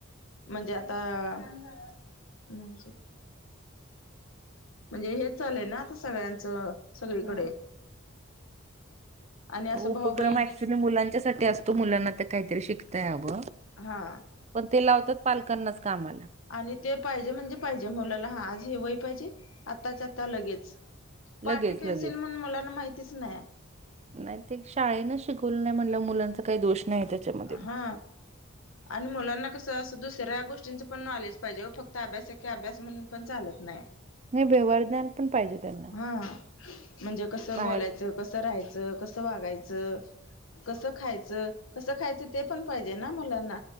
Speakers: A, on the left (about 75°); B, on the right (about 30°).
A: म्हणजे आता म्हणजे म्हणजे हे चालय ना आता सगळ्यांचं सगळीकडे
B: हं.
A: आणि असं
B: तो उपक्रम
A: भाऊ बहिणी
B: ऍक्च्युली मुलांच्यासाठी असतो मुलांना ते काहीतरी शिकता यावं.
A: हा.
B: पण ते लावतात पालकांनाच कामाला.
A: आणि ते पाहिजे म्हणजे पाहिजे मुलाला हा आज ही वही पाहिजे आत्ताच आता लगेच. पाटी
B: लगेच
A: पेन्सिल
B: लगेच
A: म्हणून मला ना माहितीच नाही.
B: नाही ते शाळेन शिकवलं नाही म्हणाल्यावर मुलांचा काही दोष नाही त्याच्यामध्ये.
A: हा आणि मुलांना कसं असं दुसऱ्या गोष्टींचं पण नॉलेज पाहिजे वो फक्त अभ्यास एके अभ्यास म्हणून पण चालत नाही.
B: नाही व्यहारज्ञान पण पाहिजे त्यांना.
A: हा म्हणजे कसं
B: बाहेर
A: बोलायचं? कसं राहायचं? कसं वागायचं? कसं खायचं, कसं खायचं ते पण पाहिजे ना मुलांना?